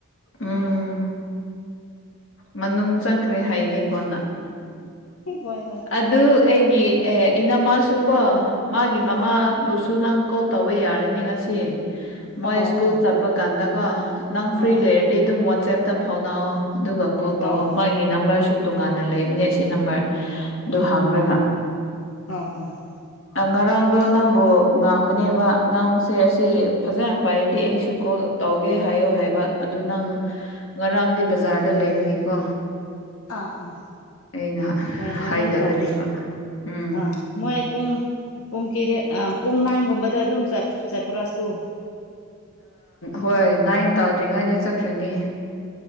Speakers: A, on the left (about 60°); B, on the left (about 90°).
A: ꯎꯝ ꯃꯅꯨ ꯆꯪꯈ꯭ꯔꯦ ꯍꯩꯒꯦ ꯀꯣꯟꯅ
B: ꯍꯣꯏ ꯍꯣꯏ
A: ꯑꯗꯨ ꯑꯩꯒꯤ ꯏꯅꯃꯥꯁꯨꯀꯣ ꯃꯥꯒꯤ
B: ꯎꯝ
A: ꯃꯃꯥꯕꯨꯁꯨ ꯁꯨ ꯅꯪ ꯀꯣꯜ ꯇꯧꯕ ꯌꯥꯔꯅꯤ ꯉꯁꯤ ꯃꯣꯏ
B: ꯑꯣ
A: ꯁ꯭ꯀꯨꯜ
B: ꯑꯣ
A: ꯆꯠꯄ ꯀꯥꯟꯗꯀꯣ ꯅꯪ
B: ꯍꯣꯏ
A: ꯐ꯭ꯔꯤ
B: ꯍꯣꯏ
A: ꯂꯩꯔꯗꯤ ꯑꯗꯨꯝ ꯋꯥꯆꯦꯞꯇ ꯐꯥꯎꯅꯑꯣ ꯑꯗꯨꯒ ꯀꯣꯜ ꯇꯧꯑꯣ
B: ꯑꯣ ꯑꯣ
A: ꯃꯥꯒꯤ ꯒꯤ ꯅꯝꯕꯔꯁꯨ ꯇꯣꯉꯥꯟꯅ ꯂꯩꯕꯅꯦ ꯁꯤ ꯅꯝꯕꯔ ꯑꯗꯨ ꯍꯥꯡꯈ꯭ꯔꯒ
B: ꯑꯣ ꯑꯣ
A: ꯉꯔꯥꯡꯗꯣ
B: ꯎꯝ
A: ꯅꯪꯕꯨ ꯉꯥꯡꯕꯅꯦꯕ ꯅꯪꯁꯦ ꯑꯁꯤ ꯐꯖꯅ ꯄꯥꯏꯔꯗꯤ ꯑꯩꯁꯨ ꯀꯣꯜ ꯇꯧꯒꯦ ꯍꯥꯏꯌꯣ ꯍꯥꯏꯕ ꯑꯗꯨ ꯅꯪ ꯉꯔꯥꯡꯗꯤ ꯕꯖꯥꯔꯗ ꯂꯩꯕꯒꯤꯀꯣ
B: ꯑꯥ ꯑꯥ
A: ꯑꯩꯅ
B: ꯍꯣꯏ ꯍꯣꯔꯦꯟ
A: ꯍꯩꯗꯕꯅꯦꯕ
B: ꯇꯧꯒꯦ
A: ꯎꯝ
B: ꯑꯥ ꯃꯣꯏ ꯄꯨꯡ ꯄꯨꯡ ꯀꯦ ꯄꯨꯡ ꯅꯥꯏꯟꯒꯨꯝꯕꯗ ꯑꯗꯨꯝ ꯆꯠꯄ꯭ꯔꯥ ꯁ꯭ꯀꯨꯜ
A: ꯍꯣꯏ ꯅꯥꯏꯟ ꯇꯥꯗ꯭ꯔꯤꯉꯩꯗ ꯆꯠꯈ꯭ꯔꯅꯤ